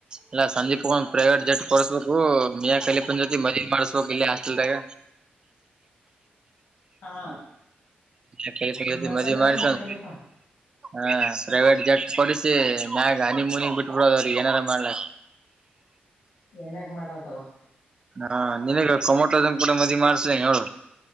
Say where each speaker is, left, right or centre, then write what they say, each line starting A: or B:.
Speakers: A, on the right; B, on the left.
A: ಇಲ್ಲ ಸಂಂದೀಪ್ ಪ್ರೈವೇಟ್ ಜೆಟ್ ಕೊರ್ಸ್ಬೇಕು ಮ. ಸಲಪನ್ ಜೊತಿ ಮದುವೆ ಮಾಡಸ್ಬೇಕಕ್ ಇಲ್ಲಿ ಹಾಸ್ಟೆಲ್ದಾಗ.
B: ಹಾ
A: ನಮ್ ಸಂದೀಪ್ ಜೋತಿ
B: ಬರ್ತಂದಳ
A: ಮದ್ವಿ ಮಾಡಿರ್ಸನ್
B: ಮೇ ಕಲಿಕ
A: ಹ ಪ್ರೈವೇಟ್ ಜಟ್ ಕೊಡಿಸಿ ಮ್ಯಾಗ ಹನಿ ಮುನಿಗ್ ಬಿಟ್ಬಡೋದ ಅವ್ರಗ್ ಏನಾರ ಮಾಡ್ಲ.
B: ಎನಕ ಮಾಡಾವತಗೊ
A: ಹಾ ನಿನಗ ಕೊಮೋಟೋಸಮ್ ಕೂಡ ಮದಿ ಮಾಡ್ಸ ಹೇಳ.